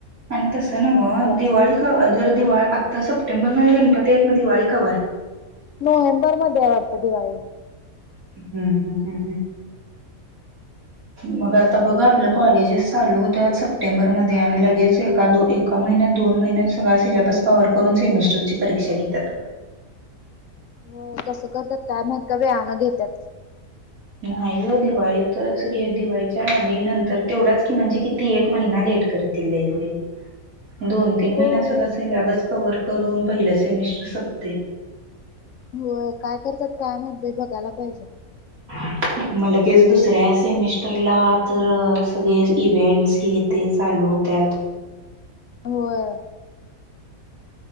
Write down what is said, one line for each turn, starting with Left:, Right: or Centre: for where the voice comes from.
Right: आणि तस नव
Left: जास्त
Right: दिवाळी का जर, दिवा आता सप सप्टेंबर मध्ये गणपती आहेत. मग दिवाळी कव्हा हे?
Left: नोव्हेंबर मध्ये आहे वाटतं दिवाळी.
Right: हम्म हम्म हम्म हम्म. मग आता बघा आपलं कॉलेजच चालू होत्यात. सप्टेंबर मध्येआणि लगेच एका दोन एक महिन्यात दोन महिन्यात सगळा सिल्याबस कव्हर करून सेमिस्टरची परीक्षा घेत्यात.
Left: हो कसं करत्यात काय माहीत का वेळानं घेत्यात.
Right: नाही ग दिवाळीतच घे दिवाळीच्या, आधी नंतर तेवढाच की म्हणजे किती एक महिना लोट करतील लईतलई. दोन तीन महिन्या
Left: होय.
Right: सगळा, सिलेबस कव्हर करून पहिलं सेमिस्टर संपतय.
Left: होय काय करत्यात काय माहीत बई बघायला पाहिजे.
Right: <inaudible> म लगेच दुसऱ्या सेमिस्टरला तर सगळ, इव्हेंन्टस हे ते चालू होत्या. त्यांत
Left: होय.